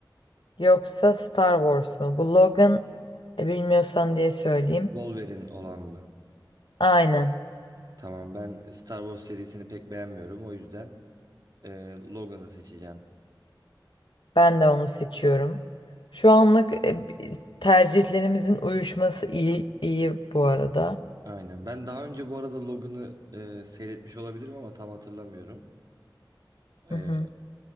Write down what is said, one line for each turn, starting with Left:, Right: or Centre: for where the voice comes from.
Left: yoksa Star Wars mu? Bu Logan e, bilmiyorsan diye söyleyeyim.
Right: Wolverine olan mı?
Left: Aynen.
Right: Tamam ben Star Wars serisini pek beğenmiyorum. O yüzden e, Logan'ı seçeceğim.
Left: Ben de onu seçiyorum. Şu anlık e, biz- tercihlerimizin uyuşması iyi iyi bu arada.
Right: Aynen. Ben daha önce bu arada Logan'ı e, seyretmiş olabilirim ama tam hatırlamıyorum. E,
Left: Hı hı.